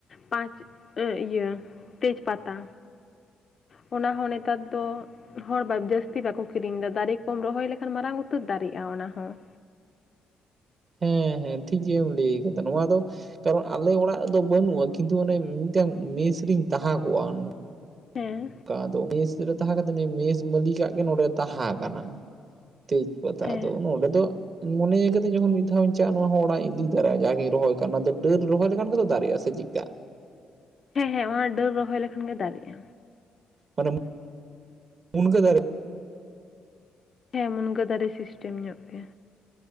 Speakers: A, on the left; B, on the right.
A: ᱯᱟᱸᱪ ᱤᱭᱟᱹ ᱛᱮᱡᱽ ᱯᱟᱛᱟ᱾ ᱚᱱᱟ ᱦᱚᱸ ᱱᱮᱛᱟᱨ ᱫᱚ ᱦᱚᱲ ᱡᱟᱹᱥᱛᱤ ᱵᱟᱠᱚ ᱠᱤᱨᱤᱧ ᱮᱫᱟ, ᱫᱟᱨᱮ ᱠᱚᱢ ᱨᱚᱦᱚᱭ ᱞᱮᱠᱷᱟᱱ ᱢᱟᱨᱟᱝ ᱩᱛᱟᱹᱨ ᱫᱟᱨᱮᱜᱼᱟ ᱚᱱᱟ ᱦᱚᱸ᱾
B: ᱦᱮᱸ ᱦᱮᱸ ᱴᱷᱤᱠ ᱜᱮᱭᱮᱢ ᱞᱟᱹᱭ ᱠᱟᱫᱟ, ᱱᱚᱣᱟ ᱫᱚ ᱠᱟᱨᱚᱱ ᱟᱞᱮ ᱚᱲᱟᱜ ᱨᱮᱫᱚ ᱵᱟᱹᱱᱩᱜᱼᱟ ᱠᱤᱱᱛᱩ ᱚᱱᱮ ᱢᱤᱫᱴᱟᱝ ᱢᱮᱥ ᱨᱤᱧ ᱛᱟᱦᱟᱸ ᱠᱚᱜᱼᱟ ᱩᱱᱩ
A: ᱦᱮᱸ᱾
B: ᱠᱟ ᱟᱫᱚ ᱢᱮᱥ ᱨᱮ ᱛᱟᱦᱮᱸ ᱠᱟᱛᱮᱜ ᱱᱩᱭ ᱢᱮᱥ ᱢᱟᱹᱞᱤᱠᱟᱜ ᱜᱮ ᱱᱚᱰᱮ ᱛᱟᱦᱟᱸ ᱠᱟᱱᱟ, ᱛᱮᱡᱽ ᱯᱟᱛᱟ
A: ᱦᱮᱸ
B: ᱟᱫᱚ, ᱱᱚᱰᱮ ᱫᱚ ᱤᱧ ᱢᱚᱱᱮᱭ ᱠᱟᱹᱫᱟᱹᱧ ᱡᱚᱠᱷᱚᱱ ᱢᱤᱫ ᱫᱷᱟᱣ ᱤᱧ ᱪᱟᱜ ᱱᱚᱣᱟ ᱦᱚᱸ ᱚᱲᱟᱜ ᱤᱧ ᱤᱫᱤᱣ ᱛᱚᱨᱟᱭᱟ ᱡᱟᱜᱮᱧ ᱨᱚᱦᱚᱭ ᱠᱟᱜᱼᱟ, ᱱᱚᱣᱟ ᱫᱚ ᱰᱟᱹᱨ ᱨᱚᱦᱚᱭ ᱞᱮᱠᱷᱟᱱ ᱜᱮᱛᱚ ᱫᱟᱨᱮᱜᱼᱟ ᱥᱮ ᱪᱮᱜᱠᱟ?
A: ᱦᱮᱸ ᱦᱮᱸ ᱚᱱᱟ ᱰᱟᱹᱨ ᱨᱚᱦᱚᱭ ᱞᱮᱠᱷᱟᱱ ᱜᱮ ᱫᱟᱨᱮᱜᱼᱟ᱾
B: ᱟᱫᱚᱢ ᱢᱩᱱᱜᱟᱹ ᱫᱟᱨᱮ
A: ᱦᱮᱸ ᱢᱩᱱᱜᱟᱹ ᱫᱟᱨᱮ ᱥᱤᱥᱴᱮᱢ ᱧᱚᱜ ᱜᱮ᱾